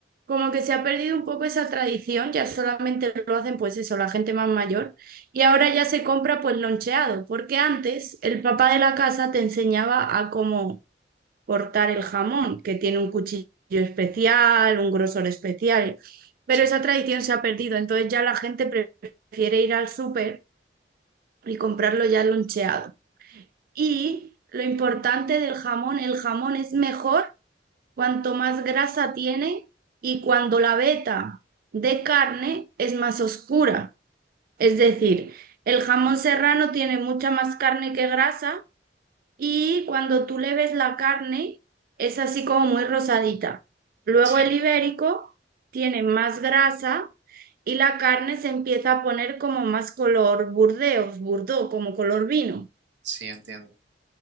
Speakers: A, on the right; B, on the right.
A: Como que se ha perdido un poco esa tradición, ya solamente lo hacen pues eso, la gente más mayor, y ahora ya se compra pues loncheado, porque antes el papá de la casa te enseñaba a cómo cortar el jamón, que tiene un cuchillo especial, un grosor especial, pero
B: sí,
A: esa tradición se ha perdido, entonces ya la gente pre- prefiere ir al súper y comprarlo ya loncheado. Y lo importante del jamón, el jamón es mejor Cuanto más grasa tiene y cuando la veta de carne es más oscura. Es decir, el jamón serrano tiene mucha más carne que grasa y cuando tú le ves la carne es así como muy rosadita. Luego
B: sí,
A: el ibérico tiene más grasa y la carne se empieza a poner como más color burdeos, burdo, como color vino.
B: sí, entiendo.